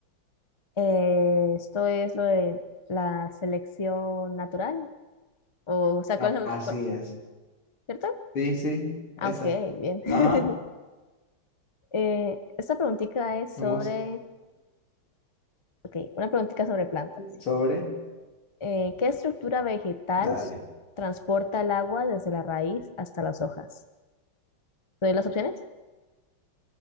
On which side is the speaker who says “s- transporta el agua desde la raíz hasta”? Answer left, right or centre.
Left